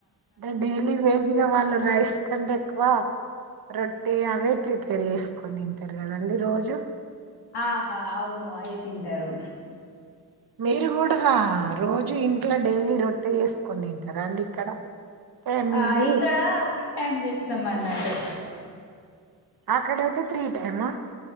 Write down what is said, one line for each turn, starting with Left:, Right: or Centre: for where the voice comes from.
Right: అంటే డైలీ వేజ్గా వాళ్ళు రైస్ క్కడి ఎక్కువ రొట్ట అవే ప్రీ పె చేేసుకొని తింటారు కదండి రోజు
Left: ఆహా అవును అవే తింటారు
Right: మీరు కూడా రోజు ఇంట్లో డైలీ రొట్టె చెస్ కొ తింటారాండి ఇక్కడ అంటే మీది
Left: ఆ ఇక్కడ వన్ టైమ్ చేస్తాం అండి నట్టు
Right: అక్కడయితే త్రీ టైమా